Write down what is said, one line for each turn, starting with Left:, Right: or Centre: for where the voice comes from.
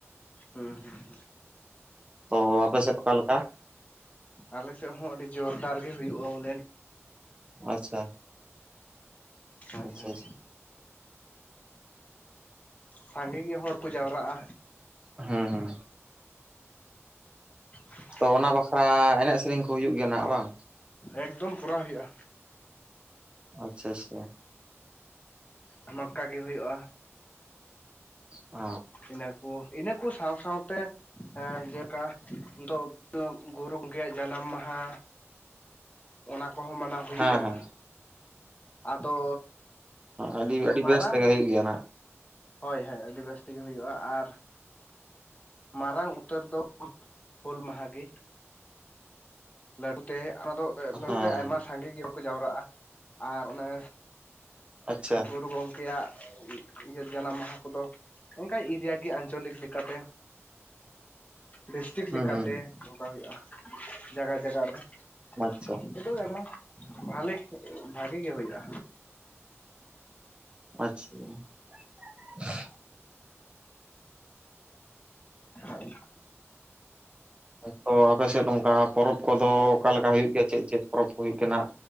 Left: ᱦᱩᱸ ᱦᱩᱸ ᱦᱩᱸ
Right: ᱛᱚ ᱟᱯᱮ ᱥᱮᱫ ᱚᱠᱟ ᱞᱮᱠᱟ
Left: ᱟᱞᱮ ᱥᱮᱫ ᱦᱚᱸ ᱟᱹᱰᱤ ᱡᱳᱨᱫᱟᱨ ᱜᱮ ᱦᱩᱭᱩᱜᱼᱟ ᱵᱚᱞᱮ
Right: ᱟᱪᱪᱷᱟ
Left: ᱦᱳᱭ
Right: ᱟᱪᱪᱷᱟ
Left: ᱦᱳᱭ
Right: ᱟᱪᱪᱷᱟ
Left: ᱥᱟᱸᱜᱮ ᱜᱮ ᱦᱚᱲ ᱠᱚ ᱡᱟᱣᱨᱟᱜᱼᱟ
Right: ᱦᱮᱸ ᱦᱮᱸ
Left: ᱦ <inaudible>
Right: ᱛᱚ ᱚᱱᱟ ᱵᱟᱠᱷᱨᱟ ᱮᱱᱮᱡ ᱥᱮᱨᱮᱧ ᱠᱚ ᱦᱩᱭᱩᱜ ᱜᱮᱭᱟ ᱱᱟᱜ ᱵᱟᱝ
Left: ᱮᱠᱫᱚᱢ ᱠᱚᱨᱟᱣ ᱦᱩᱭᱩᱜᱼᱟ
Right: ᱟᱪᱪᱷᱟ ᱟᱪᱪᱷᱟ
Left: ᱟᱢᱟᱠᱟ ᱜᱮ ᱦᱩᱭᱩᱜᱼᱟ
Right: ᱚ
Left: ᱤᱱᱟᱹᱠᱩ ᱤᱱᱟᱹ ᱠᱚ ᱥᱟᱶ ᱥᱟᱶᱛᱮ ᱦᱮᱸ ᱡᱮᱞᱮᱠᱟ ᱱᱤᱛᱚᱜ ᱜᱩᱨᱩ ᱜᱚᱢᱠᱮᱭᱟᱜ ᱡᱟᱱᱟᱢ ᱢᱟᱦᱟ ᱚᱱᱟ ᱠᱚᱦᱚᱸ ᱢᱟᱱᱟᱣ ᱦᱩᱭᱩᱜᱼᱟ
Right: ᱦᱮᱸ ᱦᱮᱸ
Left: ᱟᱫᱚ
Right: ᱟᱹᱰᱤ ᱟᱹᱰᱤ
Left: ᱢᱟᱨᱟᱝ
Right: ᱵᱮᱥ ᱛᱮᱜᱮ ᱦᱩᱭᱩᱜ ᱜᱮᱭᱟ ᱱᱟᱜ
Left: ᱦᱳᱭ ᱦᱳᱭ ᱟᱹᱰᱤ ᱵᱮᱥ ᱛᱮᱜᱮ ᱦᱩᱭᱩᱜᱼᱟ ᱟᱨ ᱢᱟᱨᱟᱝ ᱩᱛᱟᱹᱨ ᱫᱚ <unintelligible> ᱦᱩᱞ ᱢᱟᱦᱟ ᱜᱮ ᱞᱟᱹᱴᱩ ᱛᱮ ᱚᱱᱟ ᱫᱚ ᱞᱟᱹᱴᱩ
Right: ᱦᱮᱸ
Left: ᱛᱮ ᱟᱭᱢᱟ ᱥᱟᱸᱜᱮ ᱜᱮ ᱠᱚ ᱡᱟᱣᱨᱟᱜᱼᱟ, ᱟᱨ ᱚᱱᱮ
Right: ᱟᱪᱪᱷᱟ
Left: ᱜᱩᱨᱩ ᱜᱚᱝ ᱟᱠᱮᱭᱟᱜ ᱤᱭᱟᱹ ᱡᱟᱱᱟᱢ ᱢᱟᱦᱟ ᱠᱚᱫᱚ ᱮᱱᱠᱟ ᱤᱫᱤᱭᱟᱜᱮ ᱟᱧᱪᱚᱞᱤᱠ ᱞᱮᱠᱟᱛᱮ ᱰᱤᱥᱴᱤᱠ
Right: ᱦᱩᱸ
Left: ᱞᱮᱠᱟᱛᱮ
Right: ᱦᱩᱸ
Left: ᱱᱚᱝᱠᱟ ᱦᱩᱭᱩᱜᱼᱟ ᱡᱟᱭᱜᱟ ᱡᱟᱭᱜᱟ ᱨᱮ <inaudible>
Right: ᱟᱪᱪᱷᱟ
Left: ᱩᱰᱩᱠ ᱜᱟᱠᱚ, ᱵᱷᱟᱞᱮ ᱵᱷᱟᱜᱤ ᱜᱮ ᱦᱩᱭᱩᱜᱼᱟ
Right: ᱟᱪᱪᱷᱟ <inaudible>
Left: ᱦᱳᱭ
Right: ᱛᱚ ᱟᱯᱮᱥᱮᱫ ᱚᱱᱠᱟ ᱯᱚᱨᱚᱵᱽ ᱠᱚᱫᱚ ᱚᱠᱟ ᱞᱮᱠᱟ ᱦᱩᱭᱩᱜ ᱜᱮᱭᱟ ᱪᱮᱫ ᱪᱮᱫ ᱯᱚᱨᱚᱵᱽ ᱠᱚ ᱦᱩᱭᱩᱜ ᱠᱟᱱᱟ